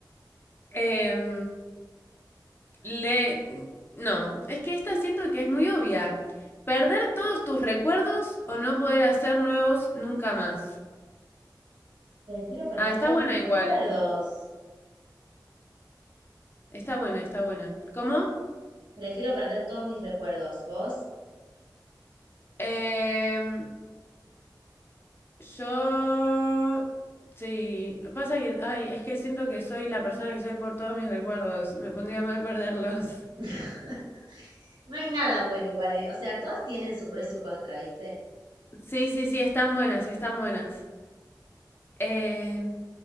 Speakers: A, on the left; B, on the right.
A: Em, le... No, es que esta siento que es muy obvia. Perder todos tus recuerdos o no poder hacer nuevos nunca más.
B: Prefiero perder
A: Ah, está
B: todos
A: buena
B: mis recuerdos.
A: igual. Está buena, está buena. ¿Cómo?
B: Prefiero perder todos mis recuerdos. ¿Vos?
A: Em, Yo... Sí, pasa que, ay, es que siento que soy la persona que soy por todos mis recuerdos. Me pondría mal perderlos. <laughs>
B: <laughs> No hay nada bueno igual, ¿eh? O sea, todas tienen su pro y su contra, ¿viste?
A: Sí, sí, sí, están buenas, están buenas. Eh,